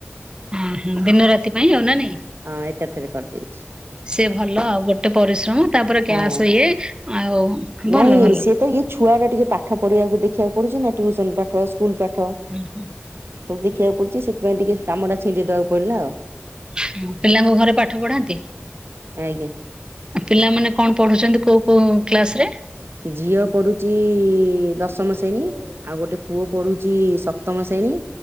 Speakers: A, on the right (about 20°); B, on the right (about 65°).
A: ଉଁ ହୁଁ ହଁ ଦିନ ରାତି ପାଇଁ ଆଉ ନା ନାଇଁ?
B: ହଁ ଏକାଥରେ କରିଦେଇଛି।
A: ସେ ଭଲ ଆଉ ଗୋଟେ ପରିଶ୍ରମ ତାପରେ
B: ହଁ
A: ଗ୍ୟାସ ଇଏ ଆଉ ଭଲ
B: ନାଇଁ
A: ଭଲ।
B: ସିଏ ତ ଇଏ ଛୁଆ ଟା ଟିକେ ପାଠ ପଢିବାକୁ ଦେଖିବାକୁ ପଡୁଛି ନା ଟ୍ୟୁସନ ପାଠ ସ୍କୁଲ ପାଠ।
A: ହୁଁ ହୁଁ।
B: ସବୁ ଦେଖିବାକୁ ପଡଛି ସେଥିପାଇଁ ଟିକେ କାମ ଟା ଛିଣ୍ଡି ଦବାକୁ ପଡିଲା ଆଉ।
A: ହୁଁ ପିଲାଙ୍କୁ ଘରେ ପାଠ ପଢାନ୍ତି?
B: ଆଜ୍ଞା।
A: ପିଲାମାନେ କଣ ପଢୁଛନ୍ତି କୋଉ କୋଉ କ୍ଲାସ ରେ?
B: ଝିଅ ପଢୁଛି ଦଶମ ଶ୍ରେଣୀ। ଆଉ ଗୋଟେ ପୁଅ ପଢୁଛି ସପ୍ତମ ଶ୍ରେଣୀ।